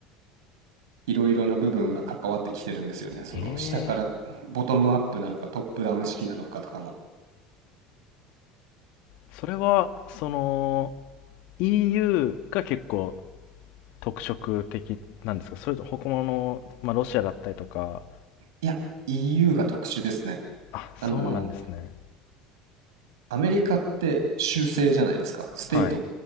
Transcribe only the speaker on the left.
ええ、それは、その、EU が結構特色的なんですか？それと他の、まあ、ロシアだったりとか
あ、そうなんですね。
はい。